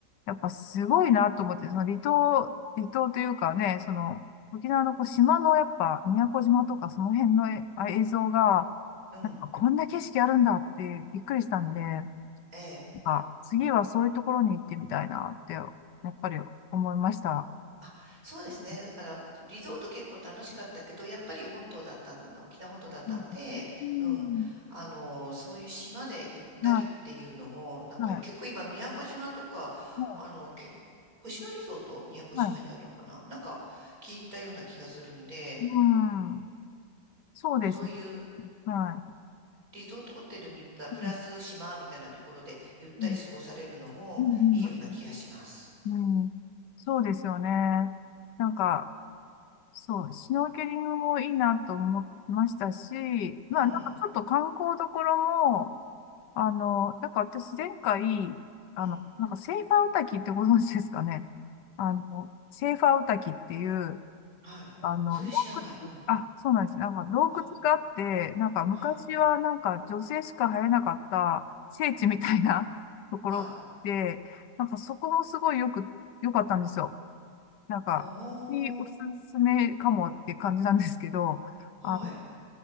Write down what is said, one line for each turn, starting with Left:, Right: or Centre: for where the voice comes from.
Left: やっぱすごいなと思って、その離島、離島というかね、その、沖縄のこう島のやっぱ宮古島とかその辺のえあ映像が、
Right: うん、
Left: なんかこんな景色あるんだってびっくりしたんで、なん
Right: ええ。
Left: か次はそういうところに行ってみたいなって、やっぱり思いました。
Right: あ、そうですね。
Left: う
Right: だから、リゾート結構楽しかったけど、やっぱり本島だったん、沖縄本島だったんで、
Left: んうん
Right: うん。あの、そういう島でゆったりっていうのも、
Left: は
Right: なんか結構今、
Left: い、はい、
Right: 宮古島とか、
Left: も
Right: あの、結構、星野リゾート宮古島にあるのかななんか聞いたような気がするんで、
Left: う、はい、うん、うんそうですね。
Right: そういう
Left: は
Right: リゾートホテル見た、プラス島みたいなところでゆったり過ごされるのもいいような気がします。
Left: い。うん、うん、うん、うんうんうん、そうですよね。なんか、そう、シュノーケリングもいいなと思いましたし、
Right: うん、
Left: まあなんかちょっと観光どころも、あの、なんか私前回、あの、
Right: うん、
Left: なんかセーファーウタキってご存知ですかね。あの、セーファーウタキっていう、
Right: はい。
Left: あの、
Right: それ知らない。
Left: 洞
Right: うん、
Left: 窟、あ、そうなんです。なんか洞窟があって、
Right: はい、
Left: なんか昔はなんか女性しか入れなかった聖地みたいな
Right: はい、
Left: <laughs> ところで、
Right: はい。
Left: なんかそこもすごいよく、良かったんですよ。なんか、
Right: は
Left: におすすめかもって感じなんですけど、
Right: あ、
Left: あ、
Right: はい。